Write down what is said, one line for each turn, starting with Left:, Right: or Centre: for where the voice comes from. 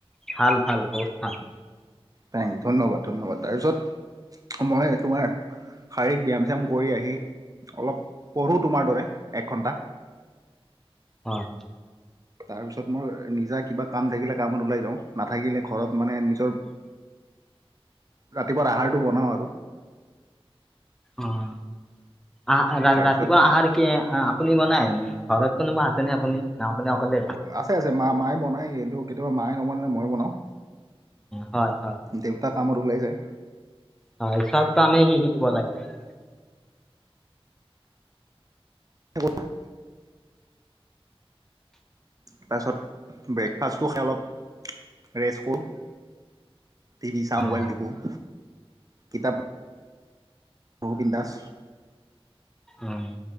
Centre: ভাল ভাল বহুত ভাল।
Right: থেং, ধন্যবাদ ধন্যবাদ। তাৰপিছত মই তোমাৰ শাৰীৰিক ব্যায়াম চ্যাম কৰি আহি, অলপ পঢ়ো তোমাৰ দৰে, এক ঘন্টা। <inaudible>
Centre: হয়।
Right: তাৰ পিছত মোৰ নিজা কিবা কাম থাকিলে কামত ওলাই যাওঁ নাথাকিলে ঘৰত মানে নিজৰ ৰাতিপুৱা আহাৰটো বনাওঁ আৰু।
Centre: অ' আ ৰাতিপুৱাৰ
Right: তাৰপিছত
Centre: আহাৰ কি আ আপুনি বনায়, ঘৰত কোনোবা আছেনে আপুনি? না আপুনি অকলে
Right: অ' আছে আছে, মা মায়ে বনাই, কিন্তু কেতিয়াবা মায়ে নবনালে মই বনাওঁ।
Centre: হয় হয়।
Right: দেউতা কামত ওলাই যায়।
Centre: হয় চব কামেই সি শিকিব লাগে আজিকালি।
Right: একো নাই। তাৰপিছত ব্ৰেকফাষ্টটো খাই অলপ ৰেষ্ট কৰোঁ। টিভি চাও,
Centre: অ'
Right: মোবাইল তিপো, কিতাপ পঢ়ো বিন্দাচ।
Centre: অ'